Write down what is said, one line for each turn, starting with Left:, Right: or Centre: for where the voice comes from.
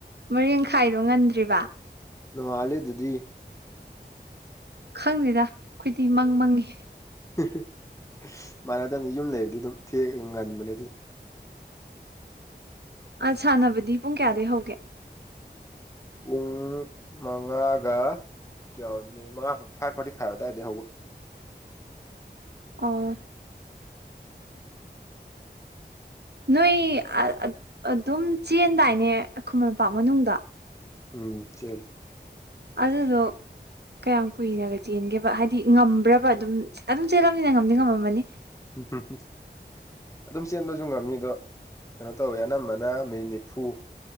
Right: ꯃꯔꯤꯡꯈꯥꯏꯗꯣ ꯉꯟꯗ꯭ꯔꯤꯕꯥ
Left: ꯅꯣꯡꯉꯥꯜꯂꯤ ꯗꯨꯗꯤ
Right: ꯈꯪꯗꯦꯗꯥ ꯈꯣꯏꯗꯤ ꯃꯪ ꯃꯪꯉꯤ
Left: ꯑꯦꯍꯦ ꯃꯥꯟꯅꯗꯝꯅꯤ ꯌꯨꯝ ꯂꯩꯕꯗꯤ ꯗꯨꯝ ꯊꯦꯛꯑ ꯉꯟꯕꯅꯦ ꯗꯨ
Right: ꯑ ꯁꯥꯟꯅꯕꯗꯤ ꯄꯨꯡ ꯀꯌꯥꯗꯩ ꯍꯧꯒꯦ
Left: ꯄꯨꯡ ꯃꯉꯥꯒ ꯀꯌꯥ ꯑꯣꯏꯔꯝꯅꯤ ꯃꯉꯥ ꯐꯥꯏꯚ ꯐꯣꯔꯇꯤ ꯐꯥꯏꯚ ꯑꯗꯥꯏꯗ ꯍꯧꯕ
Right: ꯑꯣ ꯅꯣꯏ ꯑ ꯑ ꯑꯗꯨꯝ ꯆꯦꯟꯗꯥꯏꯅꯦ ꯈꯨꯃꯟ ꯂꯝꯄꯥꯛ ꯃꯅꯨꯡꯗ
Left: ꯎꯝ ꯆꯦꯜꯂꯤ
Right: ꯑꯗꯨꯗꯣ ꯀꯌꯥꯝ ꯀꯨꯏꯅꯒ ꯆꯦꯟꯒꯦꯕ ꯍꯥꯏꯗꯤ ꯉꯝꯕ꯭ꯔꯕ ꯑꯗꯨꯝ ꯑꯗꯨꯝ ꯆꯦꯜꯂꯕꯅꯤꯅ ꯉꯝꯗꯤ ꯉꯝꯃꯝꯃꯅꯤ
Left: ꯎꯝ ꯍꯝ ꯑꯗꯨꯝ ꯆꯦꯟꯕꯁꯨ ꯉꯝꯃꯤ ꯑꯗꯣ ꯀꯩꯅꯣ ꯇꯧꯋꯦ ꯑꯅꯝꯕꯅ ꯃꯤꯅꯤꯠ ꯅꯤꯐꯨ